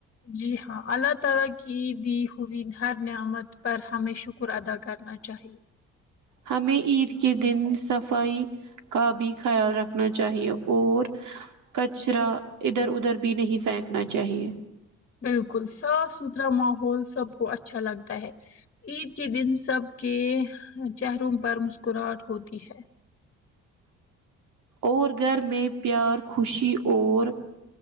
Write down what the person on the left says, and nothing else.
جی ہاں اللہ تعالی کی دی ہوئی ہر نعمت پر ہمیں شکر شکر ادا کرنا چاہیے
بالکل صاف ستھرا ماحول سب کو اچھا لگتا ہے عید کے دن سب کے چہروں پر مسکراہٹ ہوتی ہے